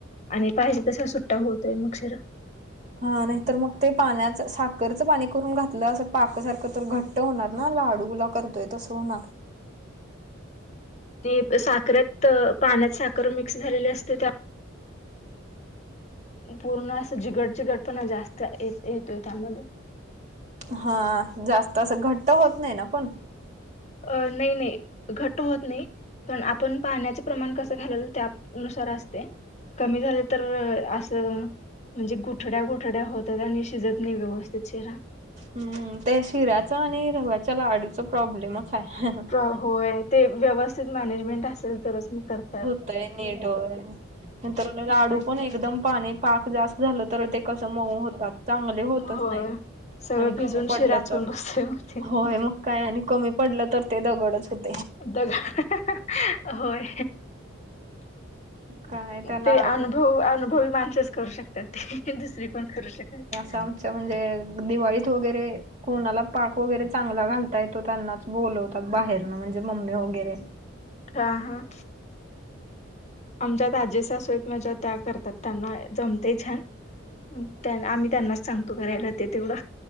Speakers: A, on the left; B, on the right.
A: आणि पाहिजे तसा सुट्टा होतोय मग शिरा.
B: हा नाही तर मग ते पाण्याच साखरचं पाणी करून घातलं असं पाक सारखं तर घट्ट घट्ट होणार ना लाडूला करतोय तसं होणार
A: ते साखरेत पाण्यात साखर मिक्स झालेली असते त्या पूर्ण असं जिगट चिगट पण जास्त येतोय त्यामध्ये
B: हां, जास्त असं घट्ट होत नाही ना पण?
A: अ नाही नाही घट्ट होत नाही, पण आपण पाण्याच प्रमाण कसं घालेल त्या नुसार असतीया, कमी झाले तर असं म्हणजे गुठड्या, गुठड्या होतात आणि शिजत नाही व्यवस्थित शिरा.
B: हम्म त्या शिऱ्याच आणि रव्याच्या लाडूचा प्रॉब्लेमच हाय.
A: प्र होय ते व्यवस्थित मॅनेजमेंट असेल तरच मग करते
B: हुतंय नीट व्हयं, नंतरनं लाडू
A: नाही
B: पण एकदम पाणी पाक जास्त झालं तर ते कसं मऊ होतात. चांगले होतच
A: होय
B: नाहीत
A: सगळं
B: आणि
A: भिजून
B: कमी पडलं
A: शिराच
B: तर,
A: होऊन बसतोय मग ते
B: होय मग काय आणि कमी पडलं तर ते दगडच होत
A: दगड होय.
B: काय त्याला
A: ते
B: लाडू
A: अनुभव अनुभवी माणसच करू शकत त्यात ते दुसर कोण करू शकत
B: त आमच्या म्हणजे दिवाळीत वगैरे कोणाला पाक वगैरे चांगला घालता येतो, त्यांनाच बोलवतात बाहेरन म्हणजे मम्मी वगैरे.
A: हा हा. आमच्यात आजे सासू आहेत माझ्या त्या करतात. त्यांना जमतेय छान. ते आम्ही त्यांनाच सांगतो करायला ते तेवढं.